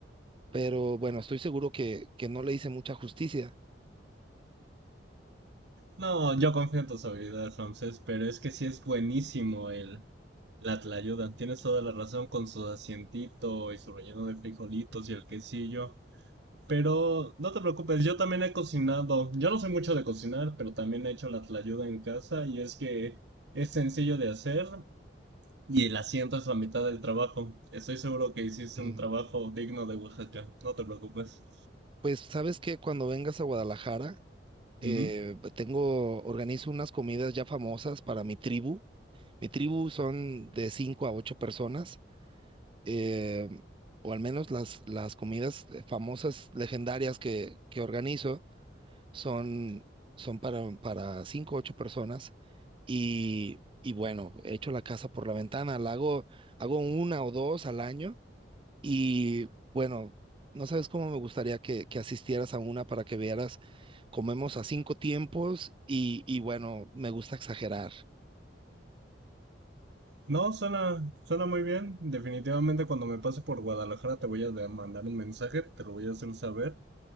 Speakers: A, on the right; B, on the right.
A: pero bueno, estoy seguro que, que no le hice mucha justicia.
B: No, yo confío en tus habilidades, Ramsés, pero es que sí es buenísimo el la tlayuda. Tienes toda la razón con su asientito y su relleno de frijolitos y el quesillo. Pero no te preocupes, yo también he cocinado. Yo no soy mucho de cocinar, pero también he hecho la tlayuda en casa y es que es sencillo de hacer y el asiento es la mitad del trabajo. Estoy seguro que hiciste
A: <laughs>
B: un trabajo digno de Oaxaca, no te preocupes.
A: Pues sabes que cuando vengas a Guadalajara, eh,
B: Ujú.
A: tengo, organizo unas comidas ya famosas para mi tribu. Mi tribu son de cinco a ocho personas, eh, o al menos las, las comidas eh, famosas, legendarias que, que organizo son, son para, para cinco o ocho personas. Y, y bueno, echo la casa por la ventana, la hago, hago una o dos al año y bueno, no sabes cómo me gustaría que, que asistieras a una para que vieras, comemos a cinco tiempos y, y bueno, me gusta exagerar.
B: No, suena, suena muy bien. Definitivamente cuando me pase por Guadalajara te voy a de- mandar un mensaje, te lo voy a hacer saber.